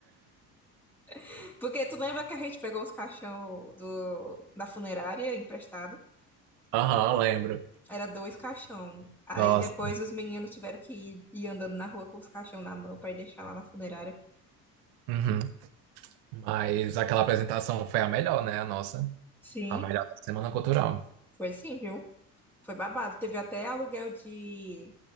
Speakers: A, in the centre; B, on the right.
A: <laughs> Porque tu lembra que a gente pegou os caixão do, da funerária emprestado?
B: aham, lembro.
A: Era dois caixão. Aí
B: Nossa.
A: depois os meninos tiveram que ir, ir andando na rua com os caixão na mão para deixar lá na funerária.
B: Uhum. Mas aquela apresentação foi a melhor, né? A nossa.
A: Sim,
B: A melhor da Semana Cultural.
A: foi sim, viu? Foi babado. Teve até aluguel de,